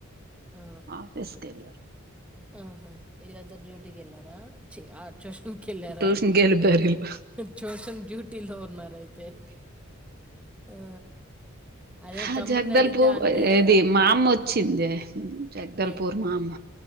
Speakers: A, in the centre; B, on the right (about 45°).
A: ఆ,
B: ఆఫేస్కలరు
A: ఆహా ఇళ్లాద్దరు డ్యూటీకి వెళ్ళారా ఆ ట్యూషన్కి వెళ్ళారా
B: ట్యూషన్కి వెళ్ళిపోయారు వీళ్ళు
A: ట్యూషన్ డ్యూటీలో ఉన్నార అయితే ఆ అదే
B: ఆ
A: తమ్ముడిని
B: జగదల
A: అడిగితే
B: పూ
A: అంటాడు
B: ఏది మా అమ్మ వచ్చింది జగదల్పర్
A: ఏ
B: మామ్మ